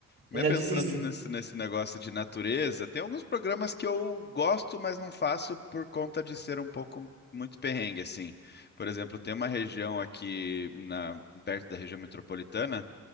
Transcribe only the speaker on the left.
Mas
pensando
nesse, nesse negócio de natureza, tem alguns programas que eu gosto, mas não faço por conta de ser um pouco muito perrengue, assim. Por exemplo, tem uma região aqui na, perto da região metropolitana